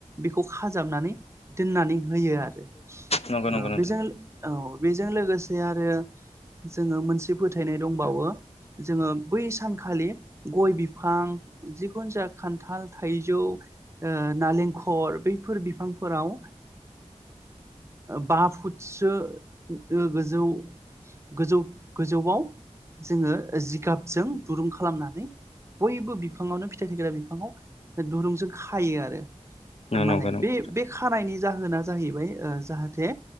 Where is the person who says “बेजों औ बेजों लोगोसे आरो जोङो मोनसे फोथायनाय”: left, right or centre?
Right